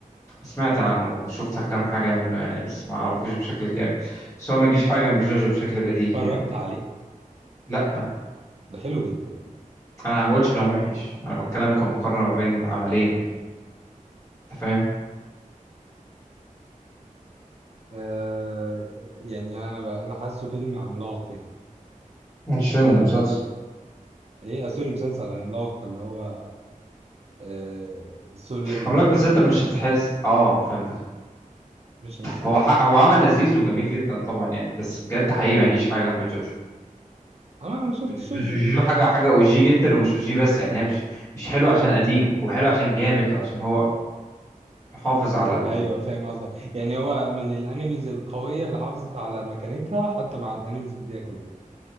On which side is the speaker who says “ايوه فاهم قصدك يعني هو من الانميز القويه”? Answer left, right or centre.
Right